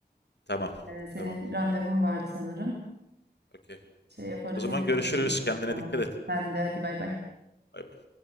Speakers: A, on the left; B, on the right.
A: Tamam.
B: Ee, senin
A: Tamam canım
B: randevun
A: benim.
B: vardı sanırım.
A: Okey.
B: Şey yaparız
A: O zaman
B: yine
A: görüşürüz.
B: konuşuruz.
A: Kendine
B: Tamam.
A: dikkat et.
B: Ben de hadi bay bay.
A: Bay bay.